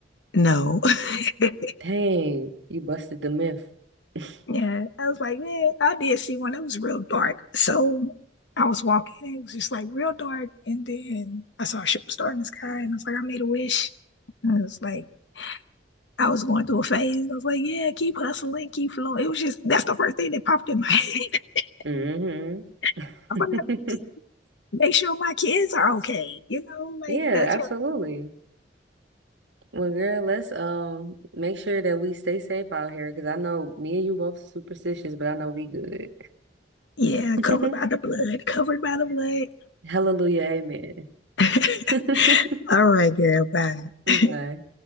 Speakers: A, on the left; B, on the right.
A: No. <laughs>
B: Dang, you busted the myth. <laughs>
A: Yeah, I was like, yeah, I did see one. It was real dark. So I was walking, it was just like real dark. And then I saw a shooting star in the sky, and I was like, I made a wish. And I was like, I was going through a phase. I was like, yeah, keep hustling, keep flowing. It was just, that's the first thing that popped in my head.
B: Mm-hmm. <laughs>
A: <laughs> I was like, make sure my kids are okay. You know, like
B: Yeah,
A: that's
B: absolutely.
A: what,
B: Well, girl, let's um make sure that we stay safe out here, because I know me and you both superstitious, but I know we good.
A: yeah,
B: <laughs>
A: covered by the blood, covered by the blood.
B: Hallelujah. Amen.
A: <laughs>
B: <laughs>
A: All right, girl, bye.
B: Bye.
A: <laughs>